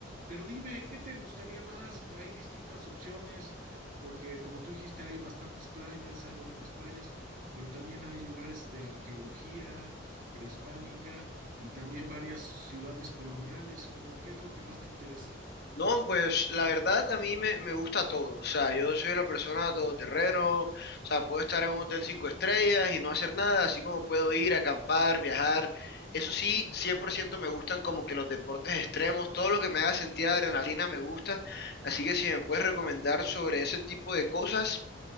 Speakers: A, on the right (about 45°); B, on the left (about 55°).
A: Pero dime, ¿qué te gustaría más? Hay distintas opciones, porque como tú dijiste, hay bastantes playas, hay bonitas playas, pero también hay lugares de arqueología prehispánica y también varias ciudades coloniales. Como, ¿qué es lo que más te interesa?
B: No, pues la verdad a mí me, me gusta todo. O sea, yo soy una persona todoterreno. O sea, puedo estar en un hotel cinco estrellas y no hacer nada, así como puedo ir a acampar, viajar. Eso sí, 100% me gustan como que los deportes extremos, todo lo que me haga sentir adrenalina me gusta. Así que si me puedes recomendar sobre ese tipo de cosas,